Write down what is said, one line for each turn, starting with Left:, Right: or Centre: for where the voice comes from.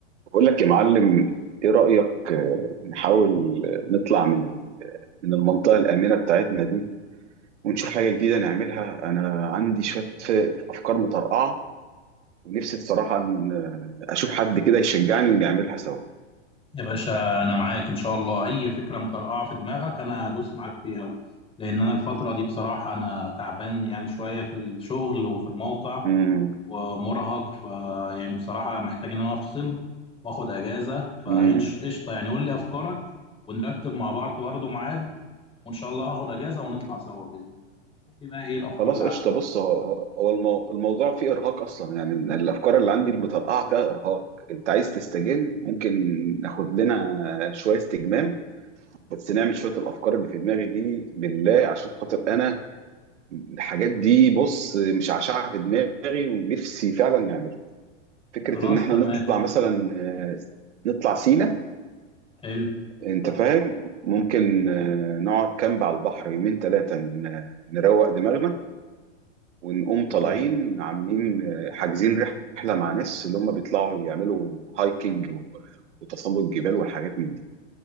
Right: بقول لك يا معلم ايه رأيك آه، نحاول نطلع من ال- من المنطقة الآمنة بتاعتنا دي ونشوف حاجة جديدة نعملها انا عندي شوية ف- افكار مطرقعة ونفسي بصراحة ان آه، اشوف حد كده يشجعني ونعملها سوا
Left: يا باشا انا معاك ان شاء الله اي فكره مطرقعه في دماغك انا هدوس معاك فيها لان انا الفتره دي بصراحه انا تعبان يعني شويه في الشغل وفي الموقع
Right: امم
Left: ومرهق ف يعني بصراحه محتاج ان انا افصل واخد اجازه فقشطه
Right: امم
Left: يعني قول لي افكارك ونرتب مع بعض برضه ميعاد وان شاء الله هاخد اجازه ونطلع سوا باذن الله قول لي بقى ايه الافكار
Right: خلاص
Left: اللي
Right: قشطة
Left: عندك
Right: بص هو هو- هو المو- الموضوع فيه ارهاق اصلا يعني الافكار اللي عندي المطرقعة فيها ارهاق انت عايز تستجم ممكن ناخد لنا شوية استجمام بس نعمل شوية الافكار اللي في دماغي دي بالله عشان خاطر انا الحاجات دي بص مشعشعة في دماغي ونفسي فعلا نعملها فكرة
Left: خلاص
Right: إن إحنا
Left: تمام
Right: نطلع مثلا آه، نطلع سينا
Left: حلو
Right: أنت فاهم ممكن
Left: جميل
Right: آه، نقعد كامب على البحر يومين ثلاثة نروق دماغنا ونقوم
Left: جميل
Right: طالعين عاملين آه، حاجزين رحلة مع ناس اللي هم بيطلعوا يعملوا هايكنج و- وتسلق جبال والحاجات من دي